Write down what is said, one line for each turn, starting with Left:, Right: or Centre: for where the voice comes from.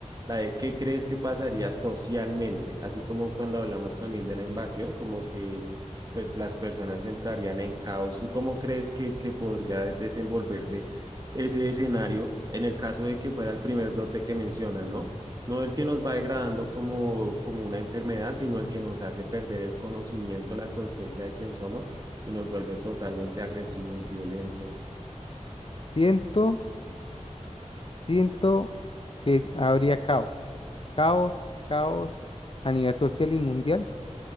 Right: la de qué crees que pasaría socialmente, así como cuando hablamos también de la invasión, como que pues las personas entrarían en caos. ¿Tú cómo crees que, que podría desenvolverse ese escenario en el caso de que fuera el primer brote que mencionas, ¿no? No el que nos va degradando como, como una enfermedad, sino el que nos hace perder el conocimiento, la conciencia de quién somos y nos vuelve totalmente agresivos, violentos.
Left: siento, siento que habría caos. Caos, caos a nivel social y mundial